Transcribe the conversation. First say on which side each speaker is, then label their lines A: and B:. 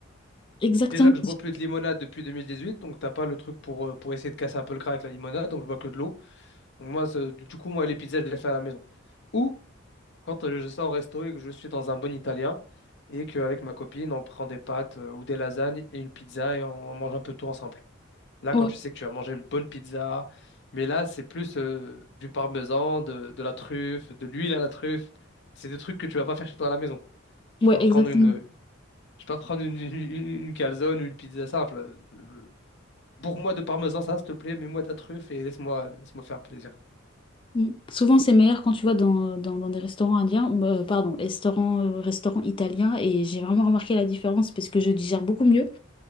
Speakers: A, on the left (about 25°); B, on the left (about 55°).
A: exactement.
B: Déjà que je bois plus de limonade depuis 2018, donc t'as pas le truc pour, euh, pour essayer de casser un peu le gras avec la limonade, donc je bois que de l'eau. Moi, ce- du coup, moi, les pizzas, je les fais à la maison. Ou quand euh, je sors au resto et que je suis dans un bon italien et qu'avec ma copine, on prend des pâtes euh, ou des lasagnes et une pizza et on, on mange un peu tout ensemble. Là,
A: Ouais,
B: quand tu sais que tu vas manger une bonne pizza, mais là, c'est plus euh, du parmesan, de, de la truffe, de l'huile à la truffe. C'est des trucs que tu vas pas faire chez toi à la maison. Je
A: ouais,
B: vais pas prendre
A: exactement.
B: une, je vais pas prendre une, une, une calzone ou une pizza simple. Euh, Pour moi de parmesan, ça, s'il te plaît, mets-moi de la truffe et laisse-moi, laisse-moi faire plaisir.
A: Mm. Souvent, c'est meilleur quand tu vois dans, euh, dans, dans des restaurants indiens, euh, pardon, restaurants, euh, restaurants italiens, et j'ai vraiment remarqué la différence parce que je digère beaucoup mieux